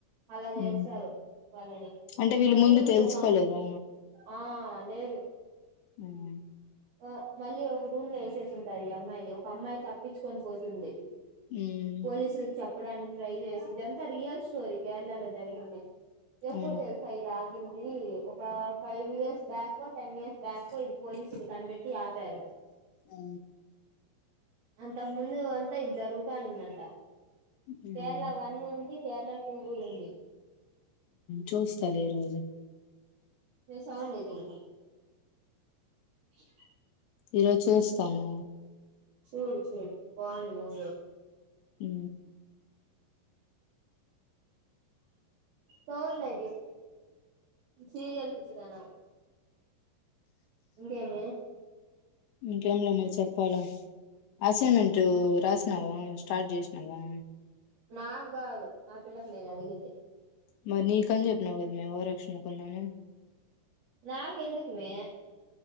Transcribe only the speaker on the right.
అలా చేస్తారు
వాళ్ళని
మళ్ళీ
ఇంకొక
అమ్ ఆ లేదు
ఓ మళ్ళీ ఒక రూమ్ లో యెశెసి ఉంటాయి ఈ అమ్మాయిని ఒక అమ్మాయి తప్పించుకొని పోతుంది
పోలీసుల్ చప్ చెప్పడానికి ట్రై చేసింది ఇదంతా రియల్ స్టోరీ కేరళ లో జరిగింది. ఎప్పుడు
తెల్సా ఇదా ఆగిం ఇది ఒక ఫైవ్ ఇయర్స్ బ్యాకో, టెన్ ఇయర్స్ బ్యాకో ఇది పోలీసుల కనిపెట్టి ఆపారు.
అంతకు ముందు అంతా ఇది జరుగుతానుందంట
కేరళ వన్ ఉంది కేరళ ట కూడా ఉంది
మీ సహన్ లే కొ ఇ
చూడు చూడు వాల మ
తౌగితే జీరియల్ పిచ్చదనా ఇం ఏమ
నాకు కాదు నా పిల్లలకు నేను అడిగింది
నాకు ఎందుకుమే